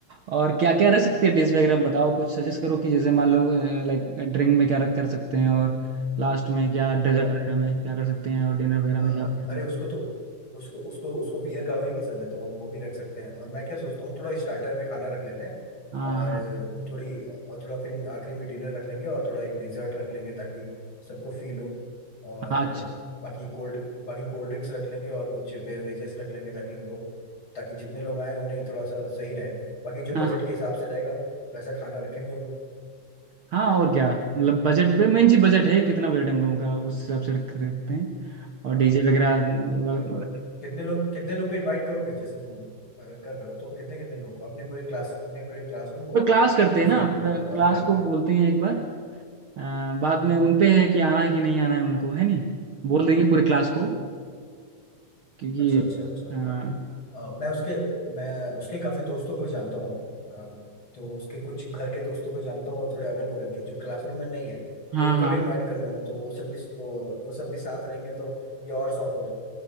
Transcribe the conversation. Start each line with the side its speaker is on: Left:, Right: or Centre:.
Right: और क्या क्या रख सकते हैं डिश वगैरह में, बताओ कुछ सजेस्ट करो कि जैसे मान लो लाइक ड्रिंक में क्या रख कर सकते हैं और लास्ट में क्या
Left: थोड़ा
Right: डेजर्ट वगैरह में क्या कर सकते हैं और डिनर वगैरह
Left: आ,
Right: में क्या कर
Left: अरे
Right: सकते
Left: उसको
Right: हैं
Left: तो उसको उसको उसको बियर काफी पसंद है तो हम वो भी रख सकते हैं और मैं क्या सोचता हूँ थोड़ा स्टार्टर में खाना रख लेते हैं
Right: हाँ
Left: और
Right: हाँ
Left: अ, थोड़ी और थोड़ा फिर आखिरी में डिनर रख लेंगे और थोड़ा एक डिजर्ट रख लेंगे ताकि सबको फील हो और
Right: हाँ
Left: अ,
Right: अच्छा
Left: बाकी कोल्ड बाकी कोल्ड ड्रिंक्स रख लेंगे और कुछ बेवरेजेस रख लेंगे ताकि उनको ताकि जितने लोग आए उन्हें थोड़ा सा सही रहे बाकी जो
Right: हाँ
Left: बजट
Right: हाँ
Left: के हिसाब से रहेगा वैसा खाना रखेंगे हम
Right: हाँ, और क्या मतलब बजट पे मेन चीज बजट है कितना बजट हम लोगों का उस हिसाब से रख रखते हैं और
Left: हाँ
Right: डीजे वगैरह व-
Left: तो लगभग कितने लोग कितने लोग को इनवाइट करोगे जैसे तुम अगर कर रहे हो तो कितने कितने लोग को अपने पूरे क्लास अपने पूरे क्लासरूम को
Right: पूरा क्लास करते
Left: या
Right: हैं
Left: फिर
Right: ना
Left: इन-
Right: पूरा
Left: और
Right: क्लास
Left: भी
Right: को बोलते हैं एक बार अ, बाद में उन पे है कि आना है कि नहीं आना है उनको है नहीं बोल देंगे पूरी क्लास को क्योंकि
Left: अच्छा अच्छा अच्छा
Right: हाँ।
Left: अ, मैं उसके मैं उसके काफी दोस्तों को जानता हूँ अ, तो उसके कुछ घर के दोस्तों को जानता हूँ और थोड़े अगल बगल के जो क्लासरूम में नहीं है
Right: हाँ
Left: तो उनको
Right: हाँ
Left: भी इनवाइट
Right: हाँ
Left: कर दूंगा तो वो सब भी वो वो सब भी साथ रहेंगे तो ये और शौक हो